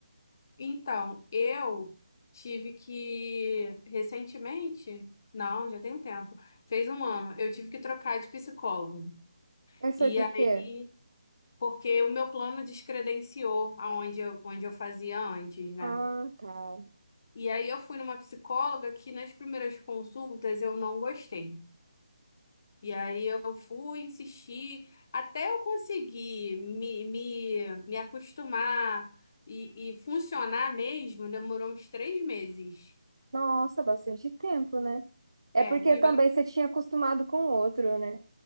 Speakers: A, on the left; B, on the right.
A: Então, eu tive que recentemente, não, já tem um tempo, fez um ano, eu tive que trocar de psicólogo.
B: Mas
A: E
B: foi por
A: aí,
B: quê?
A: porque o meu plano descredenciou aonde eu, onde eu fazia antes, né?
B: Ah, tá.
A: E aí eu fui numa psicóloga que nas primeiras consultas eu não gostei. E aí eu fui insistir até eu conseguir me, me, me acostumar e, e funcionar mesmo, demorou uns três meses.
B: Nossa, bastante tempo, né? É
A: É,
B: porque
A: e
B: também
A: olha,
B: você tinha acostumado com o outro, né?